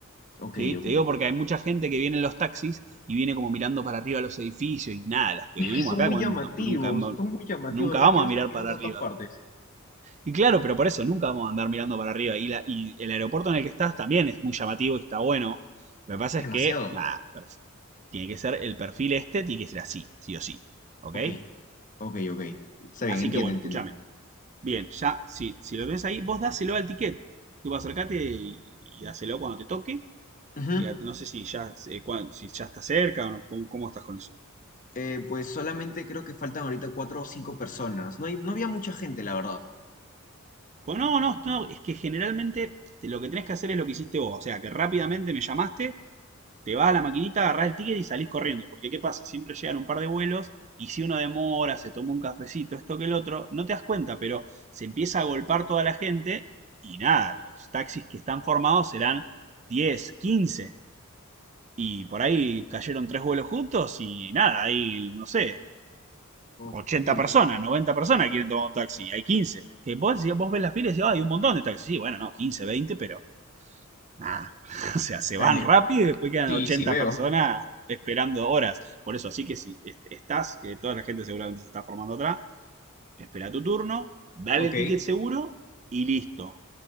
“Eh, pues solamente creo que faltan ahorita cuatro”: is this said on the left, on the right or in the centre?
Left